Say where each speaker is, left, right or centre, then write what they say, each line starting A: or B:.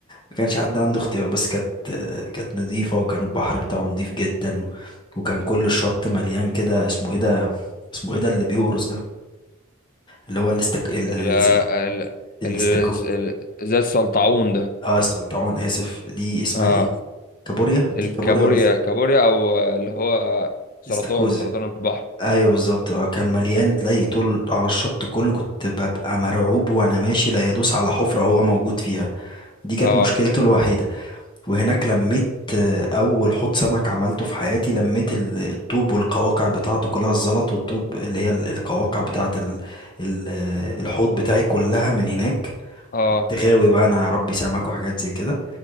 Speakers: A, on the left; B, on the left.
A: ما كانش حد عنده اختيار بس كانت كانت نظيفة وكان البحر بتاعه نظيف جدا وكان كل الشط مليان كده اسمه ايه ده اسمه ايه ده اللي بيقرص ده اللي هو الاستك ال-
B: ال
A: الس-
B: ال
A: الاستاكوزا
B: ال ال- زي السلطعون ده
A: اه السلطعون اسف دي اسمها
B: اه
A: ايه كابوريا دي
B: الكابوريا
A: كابوريا ولا است-
B: كابوريا او آه، اللي هو سرطان
A: استاكوزا
B: سرطان البحر
A: ايوه بالظبط اه كان مليان تلاقي طول على الشط كله كنت ببقى مرعوب وانا ماشي لا يدوس على حفرة هو موجود فيها دي كانت
B: اه
A: مشكلته الوحيدة وهناك لميت آه، أول حوض سمك عملته في حياتي لميت ال- الطوب والقواقع بتاعته كلها الزلط والطوب اللي هي ال- القواقع بتاعة ال- ال- آه، الحوض بتاعي كلها من هناك
B: اه
A: كنت غاوي بقى أنا ربي سمك وحاجات زي كده